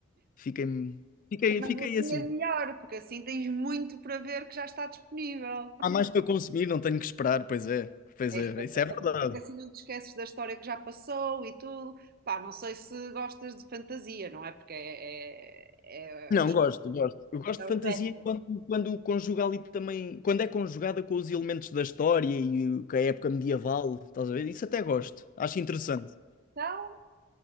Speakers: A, on the left; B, on the right.
A: Fiquei, fiquei,
B: Mas
A: fiquei
B: assim
A: assim.
B: é melhor, porque assim tens muito para ver que já está disponível.
A: Há mais para consumir, não tenho que esperar, pois é, pois
B: É
A: é,
B: só
A: isso
B: porque
A: é verdade.
B: assim não te esqueces da história que já passou e tudo. Pá, não sei se gostas de fantasia, não é? Porque é, é,
A: Não,
B: é o jeito
A: gosto, gosto. Eu gosto
B: que
A: de
B: é o
A: fantasia
B: género.
A: quando, quando conjuga ali também, quando é conjugada com os elementos da história e o- com a época medieval, estás a ver? Isso até gosto, acho interessante.
B: Então,